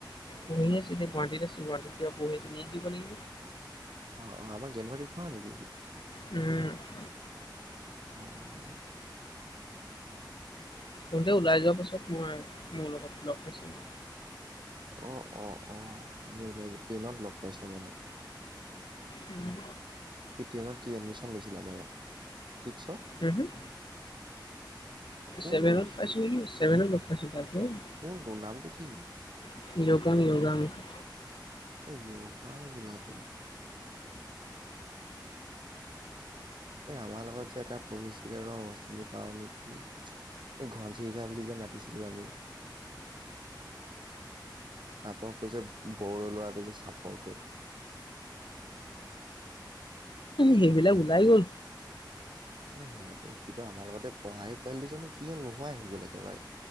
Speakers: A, on the left; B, on the right.
A: পঢ়ি আছিলে গুৱাহাটীত আছে গুৱাহাটীত কিবা পঢ়ি আছে নিকি সুধিব লাগিব
B: অ', অ', আমাৰ <unintelligible> পঢ়া নেকি সি?
A: উম,
B: অ',
A: তহঁতে ওলাই যোৱা পাছত মই মোৰ লগত লগ পাইছিলো।
B: অ', অ', অ', আমি ওলাই যোৱা টেনত লগ পাইছো মানে
A: উম,
B: সি টেনত কি এডমিশ্যন লৈছিলা আমাৰ ইয়াত, ছিক্সত
A: হুম, হুম
B: কোনটো
A: ছেভেনত পাইছো সি, ছেভেনত লগ পাইছো তাক ন'?
B: কোনটো নামটো কি?
A: <unintelligible>
B: অ', <unintelligible> বোলাটো এই আমাৰ লগত যে এটা পঢ়িছিলে ৰ চিনি পাও নেকি? এই ঘনচিৰিকা বুলি যে মাতিছিলোঁ আমি চাপৰ কৈ যে বড়ো ল'ৰাটো যে চাপৰ কৈ।
A: সেইবিলাক ওলাই গ'ল।
B: অ', সেইটো সিটো আমাৰ লগতে পঢ়া সেই পোৱালিটো জানো কি হল নোহোৱাই হৈ গ'ল একেবাৰে